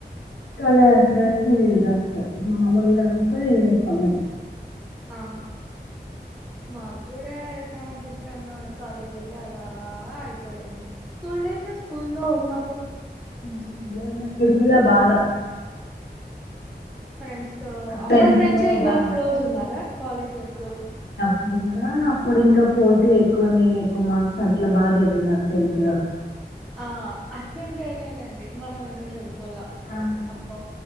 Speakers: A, on the left (about 65°); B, in the centre.
A: కళ జాస్దివిల్రా మాములగంతా యూనిఫామే
B: ఆ మాగ్గూడా చాలా సుష్టంగా ఉంది కాలేజ్ అయితే అలా అయిపోయింది స్కూల్ డేస్ స్కూల్ లో ఉన్న
A: స్కూల్లో ఉన్నప్పుడు కూడా బాగా
B: ఫ్రెన్స్ సో అప్పుడు
A: ఫ్రెండ్స్
B: ఫ్రెండ్సే
A: తో
B: ఇంగా
A: బాగా
B: క్లోజ్ ఉన్నారా కాలేజ్ వరకు
A: <unintelligible> గూడా అప్పుడు ఇంకా పోటీ ఎక్కువ నేను ఎక్కువ మార్క్స్ అట్లా బాగా చదివిన టెన్త్ లో
B: ఆ అట్ను ఉంటేనేనండి మనం ఇంకా చదువుం కొలా
A: ఆ
B: అబ్బా